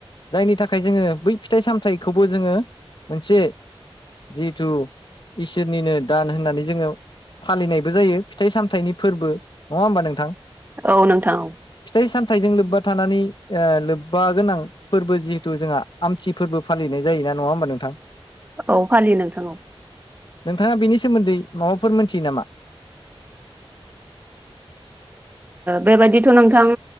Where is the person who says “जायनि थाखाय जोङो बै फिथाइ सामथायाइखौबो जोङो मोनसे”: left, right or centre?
Left